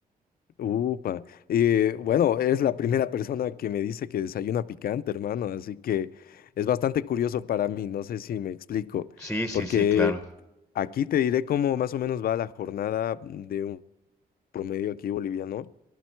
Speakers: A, on the left; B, in the centre.
A: Upa. Eh, bueno, es la primera persona que me dice que desayuna picante, hermano, así que es bastante curioso para mí, no sé si me explico,
B: Sí, sí,
A: porque
B: sí, claro.
A: aquí te diré cómo más o menos va la jornada de un promedio aquí boliviano.